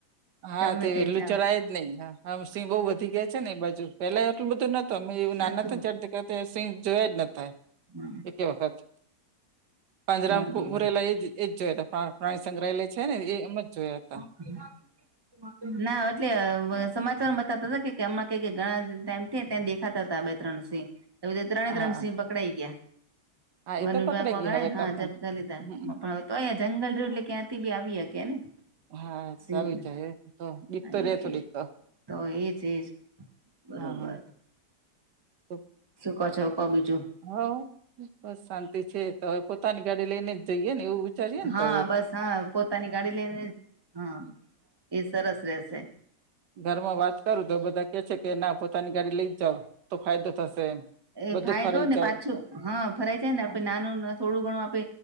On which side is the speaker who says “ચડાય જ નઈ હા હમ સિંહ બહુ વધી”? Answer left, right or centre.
Right